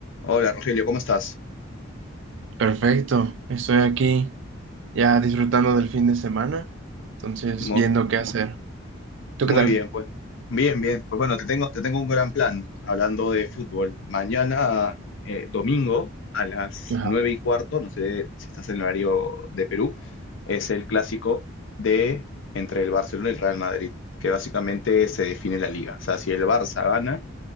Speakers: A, on the left (about 70°); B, on the right (about 65°).
A: Hola Rogelio, ¿cómo estás?
B: Perfecto, estoy aquí ya disfrutando del fin de semana, entonces
A: Mu-
B: viendo qué hacer. ¿Tú
A: Muy,
B: qué tal?
A: bien, pues. Bien, bien. Pues bueno, te tengo, te tengo un gran plan hablando de fútbol. Mañana, eh, domingo, a las
B: Ajá.
A: nueve y cuarto, no sé si estás en el horario de Perú, es el clásico de entre el Barcelona y el Real Madrid, que básicamente se define la liga. O sea, si el Barça gana,